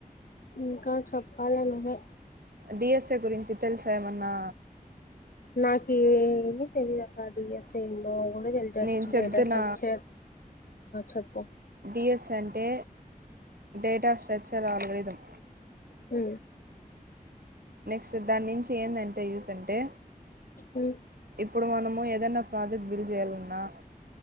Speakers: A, on the left; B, on the right.
A: ఇంకా చెప్పాలనివే
B: డిఎస్ఏ గురించి తెలుసా ఏమన్నా
A: నాకి ఏది తెలిద సాది ఎ సందో తెస్ట్
B: నేను చెప్తున్న
A: డెటాస్ట్రక్చర్ చెప్ప
B: డిఎస్ఎన్ంటే డేటా స్ట్రక్చర్ అల్గొరితం
A: హ
B: నెక్స్ట్ దాని నుంచి ఏందంటే యూస్ అంటే
A: మ్మ్
B: ఇప్పుడు మనము ఏదనా ప్రాజెక్ట్ బిల్ చేయాలన్నా